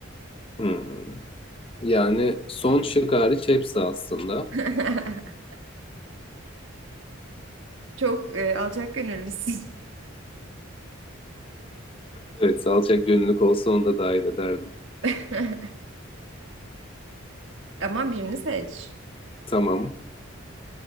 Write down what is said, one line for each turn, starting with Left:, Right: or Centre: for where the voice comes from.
Left: Hmm. Yani son şık hariç hepsi aslında.
Right: <laughs> Çok e, alçak gönüllüsün.
Left: Evet, salçak gönüllük olsa onu da dahil ederdim.
Right: <laughs> Ama birini seç.
Left: Tamam.